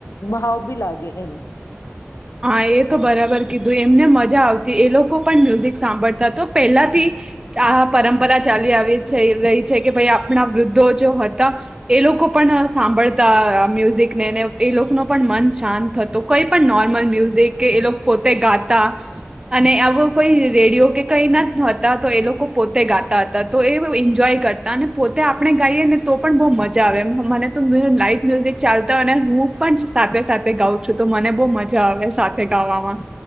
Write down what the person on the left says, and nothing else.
ભાવ બી લાગે એમ.